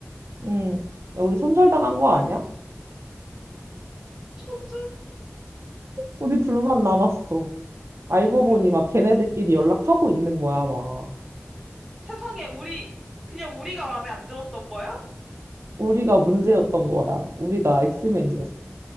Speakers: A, on the right; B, in the centre.
A: 음, 야, 우리 손절당한 거 아니야?
B: 손절?
A: 우리 둘만 남았어. 알고 보니
B: 야,
A: 막 걔네들끼리 연락하고 있는 거야, 막.
B: 세상에 우리 그냥 우리가 마음에 안 들었던 거야?
A: 우리가 문제였던 거야. 우리가 엑스맨이었어.